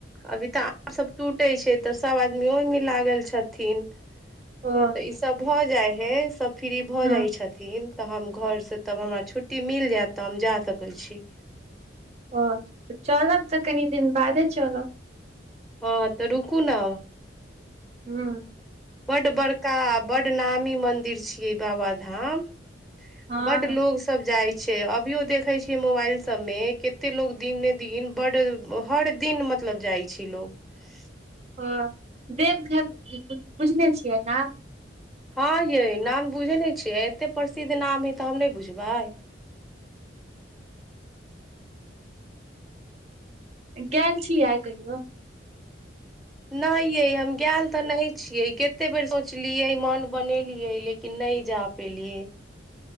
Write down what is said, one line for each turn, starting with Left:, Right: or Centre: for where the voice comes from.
Centre: अभी तऽ आम सभ टूटे छै तऽ सभ आदमी ओहिमे लागल छथिन
Right: ओ
Centre: तऽ ई सब भऽ जाइ है सब फ्री भऽ
Right: हँ
Centre: जाइ छथिन तऽ हम घर से तब हमरा छुट्टी मिल जायत तऽ हम जा सकै छी
Right: ओ चलब तऽ कनि दिन बादे चलब
Centre: हँ तऽ रुकू ने
Right: हँ
Centre: बड बड़का बड नामी मंदिर छियै बाबाधाम
Right: हँ
Centre: बड लोग सब जाइ छै अभियो देखैत छियै मोबाइल सभमे कतेक लोको दिनने ने दिन बड्ड हर दिन मतलब जाइ छै लोको
Right: ओ देवघर बुझने छियै नाम
Centre: हँ यै नाम बुझै नहि छियै एते प्रसिद्ध नाम है तऽ हम नहि बुझबै
Right: गेल छियै कहियो
Centre: नहि यै हम गैल तऽ नहि छियै कतेक बेर सोचलियै मन बनेलियै लेकिन नहि जा पेलियै